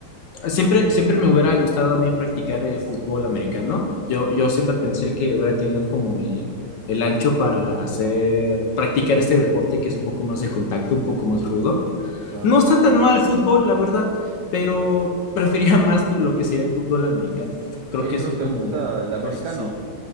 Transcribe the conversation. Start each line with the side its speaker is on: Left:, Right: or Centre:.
Left: Siempre, siempre me hubiera gustado a mí practicar el fútbol americano. Yo, yo siempre pensé que hubiera tenido como el, el ancho para hacer, practicar este deporte que es un poco más de contacto, un poco más rudo.
Right: claro.
Left: No está tan mal el fútbol, la verdad, pero <laughs> prefería más que lo que sería el fútbol americano. Creo
Right: Oye,
Left: que
Right: entonces,
Left: son como
Right: ¿te gusta el americano?
Left: cosas así.